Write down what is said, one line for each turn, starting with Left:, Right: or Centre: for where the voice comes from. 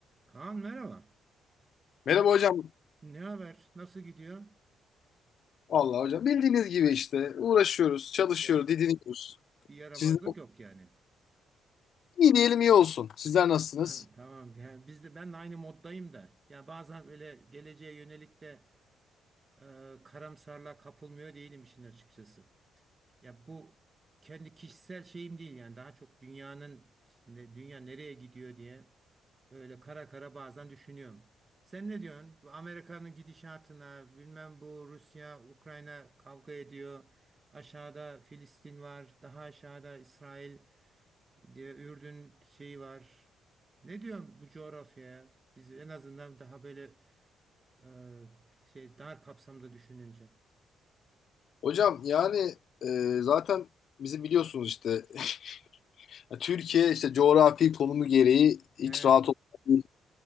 Right: Kaan merhaba.
Left: Merhaba hocam.
Right: Ne haber? Nasıl gidiyor?
Left: Vallahi hocam bildiğiniz gibi işte uğraşıyoruz, çalışıyoruz,
Right: Ya,
Left: didiniyoruz.
Right: bir yaramazlık
Left: Siz
Right: yok yani.
Left: iyi diyelim iyi olsun. Sizler nasılsınız?
Right: <laughs> Tamam. Yani biz de ben de aynı moddayım da. Ya bazen öyle geleceğe yönelik de e, karamsarlığa kapılmıyor değilim işin açıkçası. Ya bu kendi kişisel şeyim değil yani daha çok dünyanın ne, dünya nereye gidiyor diye öyle kara kara bazen düşünüyorum. Sen ne diyorsun? Bu Amerika'nın gidişatına, bilmem bu Rusya, Ukrayna kavga ediyor. Aşağıda Filistin var, daha aşağıda İsrail diye Ürdün şeyi var. Ne diyorsun bu coğrafyaya? Biz en azından daha böyle e, şey dar kapsamda düşününce.
Left: Hocam yani e, zaten bizi biliyorsunuz işte <laughs> ya Türkiye işte coğrafi konumu gereği hiç
Right: He.
Left: rahat olmayan